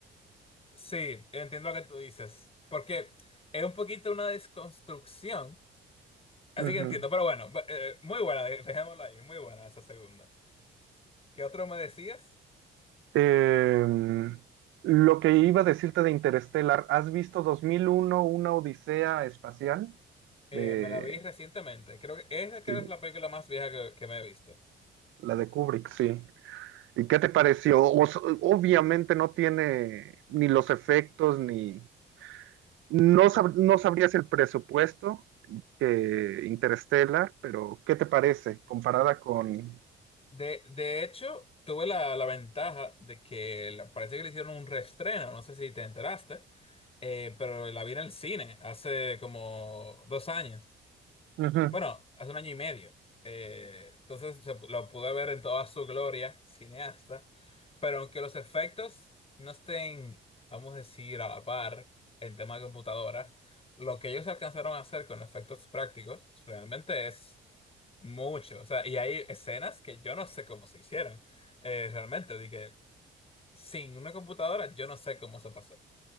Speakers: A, on the left; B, on the right.
A: sí, entiendo lo que tú dices, porque es un poquito una desconstrucción, así
B: Ujú.
A: que entiendo, pero bueno, bu- eh, muy buena, dejémoslo ahí, muy buena esa segunda. ¿Qué otro me decías?
B: Eh, lo que iba a decirte de Interstellar, ¿has visto 2001, una odisea espacial? De,
A: Eh, me la vi recientemente. Creo que esa creo
B: sí,
A: es la película más vieja que, que me he visto.
B: la de Kubrick, sí. ¿Y qué te pareció? O s- obviamente no tiene ni los efectos, ni... No, sab- no sabrías el presupuesto que Interstellar, pero ¿qué te parece comparada con...
A: De, de hecho, tuve la, la ventaja de que la- parece que le hicieron un reestreno, no sé si te enteraste, eh, pero la vi en el cine hace como dos años.
B: Ujú.
A: Bueno, hace un año y medio. Eh, entonces se pu- lo pude ver en toda su gloria, cineasta. Pero aunque los efectos no estén, vamos a decir, a la par en tema de computadora, lo que ellos alcanzaron a hacer con efectos prácticos realmente es mucho. O sea, y hay escenas que yo no sé cómo se hicieron. Eh, realmente, de que sin una computadora yo no sé cómo se pasó.